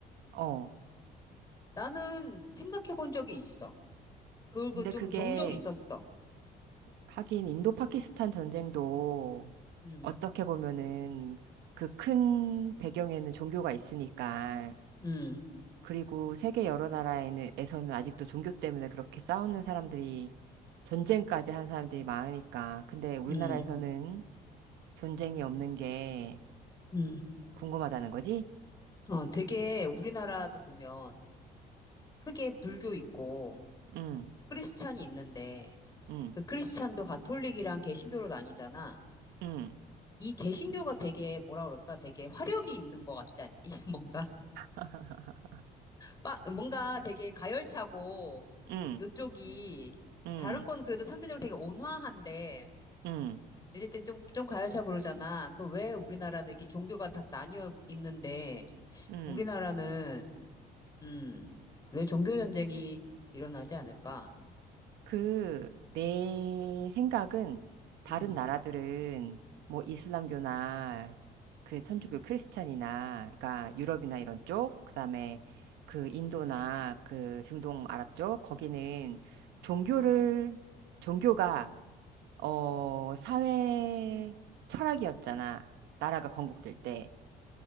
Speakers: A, on the right; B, on the left.
A: 어.
B: 나는 생각해 본 적이 있어. 그리고
A: 근데
B: 좀
A: 그게,
B: 종종 있었어.
A: 하긴 인도 파키스탄 전쟁도
B: 음,
A: 어떻게 보면은 그 큰 배경에는 종교가 있으니까
B: 음,
A: 그리고 세계 여러 나라에서는 아직도 종교 때문에 그렇게 싸우는 사람들이 전쟁까지 한 사람들이 많으니까. 근데 우리나라에서는
B: 음,
A: 전쟁이 없는 게
B: 음.
A: 궁금하다는 거지?
B: 어, 되게 우리나라도 보면 크게 불교 있고
A: 응,
B: 크리스찬이 있는데
A: 응,
B: 그 크리스찬도 가톨릭이랑 개신교로 나뉘잖아.
A: 응,
B: 이 개신교가 되게 뭐라 그럴까? 되게 화력이 있는 것 같지 않니? <laughs> 뭔가
A: <laughs>
B: 빠- 뭔가 되게 가열차고
A: 응,
B: 요쪽이
A: 응,
B: 다른 건 그래도 상대적으로 되게 온화한데
A: 응,
B: 이제 좀, 좀 가열차 그러잖아. 그 왜 우리나라는 이렇게 종교가 다 나뉘어 있는데,
A: 응.
B: 우리나라는, 음, 왜 종교 전쟁이 일어나지 않을까?
A: 그, 내 생각은 다른
B: 음,
A: 나라들은 뭐 이슬람교나 그 천주교 크리스찬이나 그러니까 유럽이나 이런 쪽, 그다음에 그 인도나 그 중동 아랍 쪽 거기는 종교를 종교가 어 사회 철학이었잖아. 나라가 건국될 때.